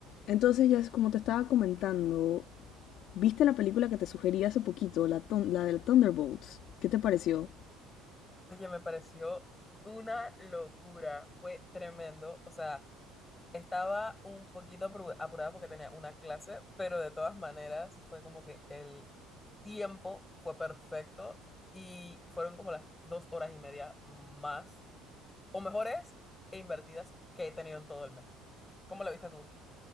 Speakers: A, on the left; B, on the left.
A: Entonces, ya es como te estaba comentando, ¿viste la película que te sugerí hace poquito, la, ton- la de Thunderbolts? ¿Qué te pareció?
B: Oye, me pareció una locura, fue tremendo. O sea, estaba un poquito apuru- apurada porque tenía una clase, pero de todas maneras fue como que el tiempo fue perfecto y fueron como las dos horas y media más, o mejores e invertidas que he tenido en todo el mes. ¿Cómo lo viste tú?